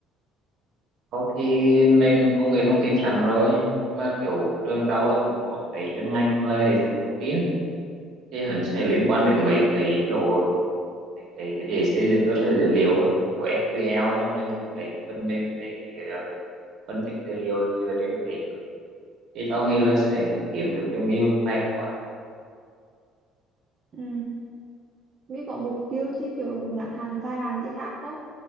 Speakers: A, on the right; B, on the right.
A: tao thì nên công nghệ thông tin sẵn rồi nhưng mà kiểu trường tao là cũng có cái chuyên ngành là hệ thống thông tin thì hẳn sẽ liên quan đến mấy cái kiểu mấy cái để xây dựng cơ sở dữ liệu á kiểu SQL xong rồi những cái phần mềm để ờ, phân tích dữ liệu dựa trên cái nữa thì tao nghĩ là sẽ kiếm được cho mình vài khóa
B: Ừ. Mỹ có mục tiêu chứ kiểu ngắn hạn dài hạn chứ khác không?